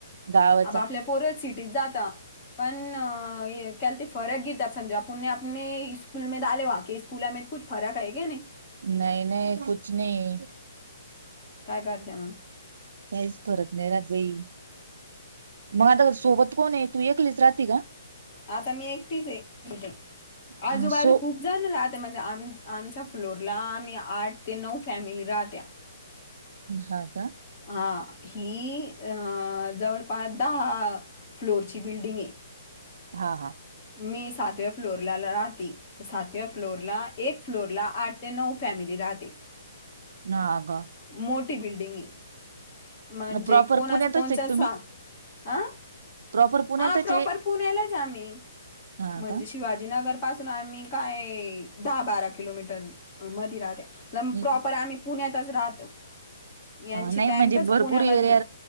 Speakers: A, on the right (about 60°); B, on the left (about 25°).
A: गावाचा
B: आप आपल्या परोत सिटीत जाता पण अ काल ते फरक गिता समजा आप पुने आपने स्कूल ाले वके स्कूला आम कु फर्क आहे का नाही.
A: नाही नाही कुछ नाही.
B: काय करते मग.
A: काहीच फरक नाही राहात बाई.
B: <inaudible>
A: मग आता सोबत कोण आहे तू एकलीच राहती का
B: आता मी एकटीच आहे इकड
A: का
B: आजूबाजू
A: सो
B: खूप जण म्हणजे आम आमच्या फ्लोरला आम्ही आठ ते नऊ फॅमिली राहत्या
A: हा का
B: हा ही अ जवळपास दहा फ्लोरची बिल्डिंग आहे
A: हा हा
B: मी सातव्या फ्लोर, राह तर सातव्या फ्लोर ला एक फ्लोर ला आठ ते नऊ फॅमिली राहते.
A: ना अगं
B: मोठी बिल्डिंग आहे म्हणजे
A: प्रॉपर
B: कोणाच
A: पुण्यातच
B: कोणच
A: आहे का तुम्ही
B: ह
A: प्रॉपर पुण्यातच
B: हा प्रॉपर
A: आहे
B: पुण्यालाच हाय आम्ही
A: हा
B: म्हणजे
A: का?
B: शिवाजीनगर. आम्ही काय दहा बारा किलोमीटर म राह
A: हा,
B: प्रॉपर आमी पुण्यातच राहातो. यांची
A: नाही
B: बँकच
A: म्हणजे भरपूर
B: पुण्यामध्ये
A: एरिया